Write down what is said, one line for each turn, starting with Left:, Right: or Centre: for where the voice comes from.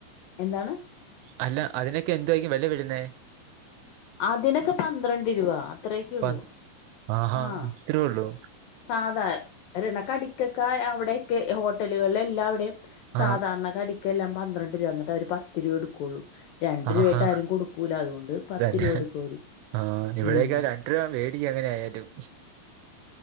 Left: എന്താണ്
Right: അല്ല അതിനക്കെ എന്തുവായിക്കും വില വിരുന്നേ
Left: അതിനൊക്കെ പന്ത്രണ്ട് രൂപ അത്രയക്കെ
Right: പ
Left: ഉള്ളൂ
Right: ആഹാ
Left: ആഹ
Right: ഇത്രേ ഉള്ളൂ
Left: സാധാ രണക്കടിക്കൊക്കെ അവിടെയൊക്കെ ഹോട്ടലുകൾല് എല്ലാവിടെയും സാധാരണ
Right: ആഹ്
Left: കടി ക്കെല്ലാം പന്ത്രണ്ട് രൂപ എന്നിട്ടവര് പത്ത് രൂപ എടുക്കുള്ളൂ രണ്ടു
Right: ആഹാ
Left: രൂപായിട്ട് ആരും കൊടുക്കൂല അതുകൊണ്ട് പത്ത്
Right: തന്നെ
Left: രൂപ എടുക്കും അവര്
Right: ആഹ ഇവിടേക്കാ
Left: ഉം
Right: രണ്ടു രൂപ വേടിക്കും അങ്ങനെ ആയാലും